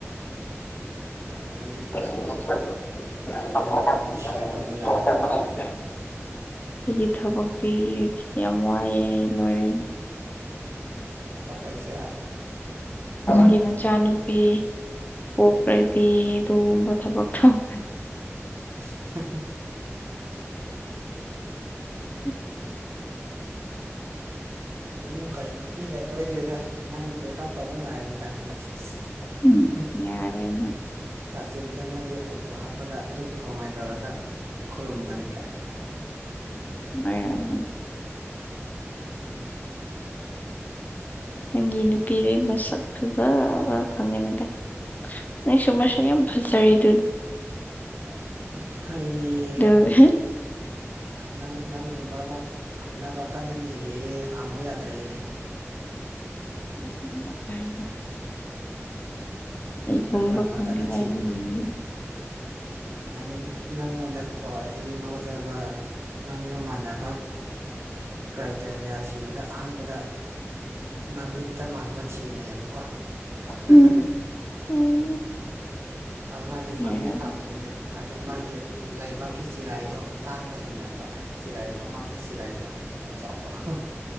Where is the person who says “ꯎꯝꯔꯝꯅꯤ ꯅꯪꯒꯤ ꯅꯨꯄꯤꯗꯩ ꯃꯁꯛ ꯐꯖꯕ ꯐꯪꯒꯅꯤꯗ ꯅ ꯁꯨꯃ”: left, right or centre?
Left